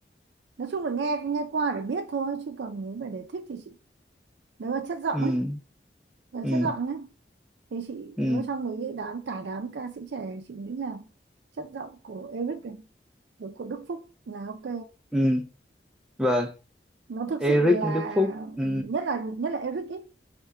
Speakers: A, on the right; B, in the centre.
A: nói chung là nghe nghe qua để biết thôi chứ còn nếu mà để thích thì chị nếu mà chất giọng
B: ừ
A: ấy là
B: ừ
A: chất giọng nhé thì chị
B: ừ
A: nếu trong mấy cái đám cả đám ca sĩ trẻ chị nghĩ là chất giọng của Eric này rồi của Đức Phúc là ok
B: ừ vâng
A: nó thực
B: Eric
A: sự là
B: Đức Phúc ừ
A: nhất là nhất là Eric ấy